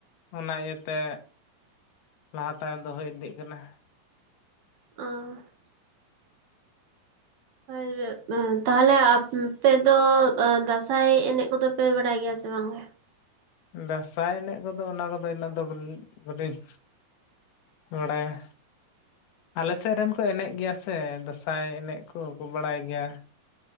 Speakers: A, on the left; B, on the right.
A: ᱚᱱᱟ ᱤᱭᱟᱹᱛᱮ ᱞᱟᱦᱟ ᱛᱟᱭᱚᱢ ᱫᱚ ᱦᱩᱭ ᱤᱫᱤᱜ ᱠᱟᱱᱟ
B: <unintelligible> <unintelligible> ᱛᱟᱦᱚᱞᱮ ᱟᱯᱮ ᱫᱚ ᱫᱟᱸᱥᱟᱭ ᱮᱱᱮᱡ ᱠᱚᱫᱚ ᱯᱮ ᱵᱟᱲᱟᱭ ᱜᱮᱭᱟ ᱥᱮ ᱵᱟᱝ ᱜᱮ
A: ᱫᱟᱸᱥᱟᱭ ᱮᱱᱮᱡ ᱠᱚᱫᱚ ᱚᱱᱟ ᱠᱚᱫᱚ ᱤᱱᱟᱹᱜ ᱫᱚ ᱵᱞᱤᱧ ᱵᱟᱰᱟᱭᱟ ᱟᱞᱮ ᱥᱮᱫ ᱨᱮᱱ ᱠᱚ ᱮᱱᱮᱡ ᱜᱮᱭᱟ ᱥᱮ ᱫᱟᱸᱥᱟᱭ ᱮᱱᱮᱡ ᱠᱚᱠᱚ ᱵᱟᱲᱟᱭ ᱜᱮᱭᱟ